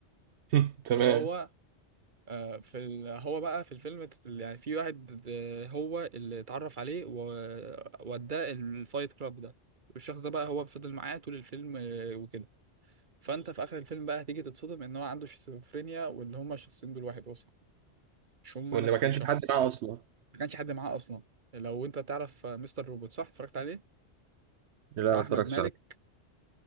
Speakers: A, on the right; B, on the right.
A: <laughs> تمام
B: وهو آه، في ال... هو بقى في الفيلم ت- يعني في واحد آه، هو اللي اتعرف عليه ووداه الفايت كلاب ده والشخص ده بقى هو فضل معاه طول الفيلم آه، وكده فانت في اخر الفيلم بقى هتيجي تتصدم ان هو عنده شيزوفرينيا وان هما الشخصين دول واحد اصلا مش هما
A: وان
B: نفس
A: ما كانش
B: الشخص
A: في حد معاه اصلا
B: ما كانش حد معاه اصلا لو انت تعرف آه، مستر روبوت صح اتفرجت عليه
A: لا
B: بتاع
A: ما اتفرجتش
B: احمد مالك
A: عليه